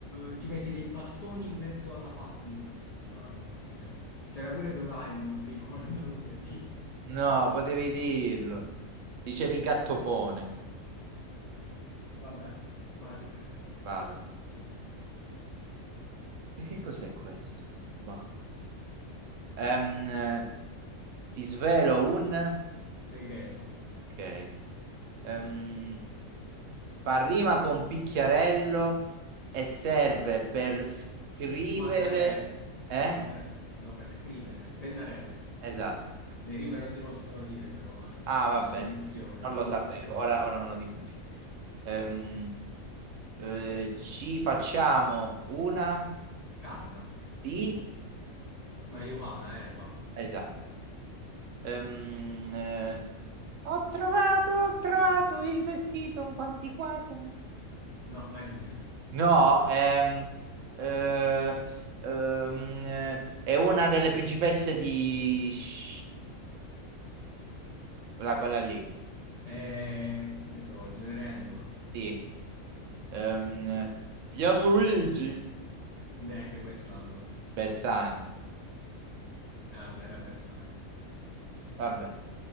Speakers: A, on the left; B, on the right.
A: eh, ti metti dei bastoni in mezzo alla fa... Mm, no, non ho fatto in tempo. C'era pure Doraemon prima, <laughs> ma non so che di.
B: No, potevi dirlo. Dicevi gattopone.
A: Vabbè, vai, tocca a te.
B: Vado. E che cos'è questo? Boh. Ehm, eh, ti svelo un...
A: Segreto.
B: Ok. Ehm, fa rima con picchiarello e serve per scrivere...
A: Mattarello.
B: Eh?
A: Mattarello. No, per scrivere. Pennarello.
B: Esatto.
A: Le rime non si possono dire però, eh.
B: Ah, vabbè,
A: Ammonizione,
B: non
A: ammonizione.
B: lo sapevo, ora, ora non lo dico più. Ehm, eh, ci facciamo una
A: Canna.
B: di...
A: Marijuana, erba.
B: Esatto. Ehm, eh, ho trovato, ho trovato il vestito un po' antiquato.
A: No, mai sentito.
B: No, ehm, eh, ehm, eh, è una delle principesse di Shrek, quella, quella lì,
A: Eh, che ne so, Cenerentola.
B: sì. Ehm, Pierluigi
A: Neanche questa la so.
B: Bersani,
A: Eh, vabbè, era bersaglio.
B: vabbè,